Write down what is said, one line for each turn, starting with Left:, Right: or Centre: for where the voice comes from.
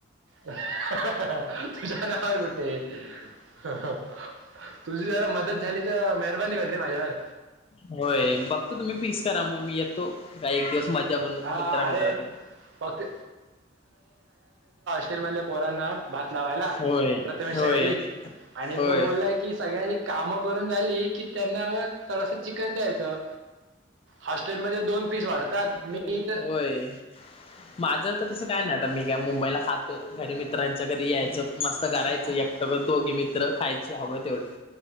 Right: हा हा तुझ्या नाववर कुठे हा तुझ्या मदत झाली तर मेहरबानी होईल रे माझ्यावर
Left: होय बघतो तुम्ही फिक्स करा मग मी येतो का एक दिवस मजा म्हणू
Right: हा
Left: मित्रां
Right: अरे
Left: मित्रां ते
Right: फक्त हॉस्टेल मधल्या पोरांना भात लावायला
Left: होय
Right: प्रथमेशच्या
Left: होय
Right: घरी आणि
Left: होय
Right: तो बोललाय की सगळ्यांनी काम करून झाली की त्यांना मग थोडस चिकन द्यायचं. हॉस्टेलमध्ये दोन पीस वाढतात. मी
Left: व्हय
Right: इथं
Left: माझं तर तस काय नाय आता मी काय मुंबईला खातोय घरी मित्रां त्याच्या घरी यायचं, मस्त करायचं, एकट दोघी मित्र खायचे हवं तेवढे,